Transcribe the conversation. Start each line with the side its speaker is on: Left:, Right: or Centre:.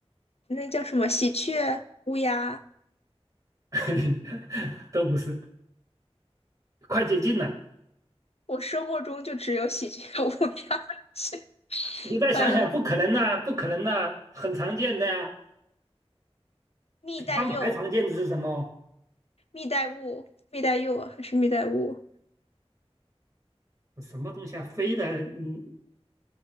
Left: 那叫什么？喜鹊、乌鸦。
Right: <laughs> 都不是，快接近了。
Left: 我生活中就只有喜鹊、乌鸦。<laughs>
Right: 你再想想，
Left: 嗯，呃
Right: 不可能呐、不可能呐、很常见的呀、
Left: 蜜袋鼬、
Right: 比他们还常见的是什么？
Left: 蜜袋鼯、蜜袋鼬还是蜜袋鼯？
Right: 什么东西啊？飞的，嗯，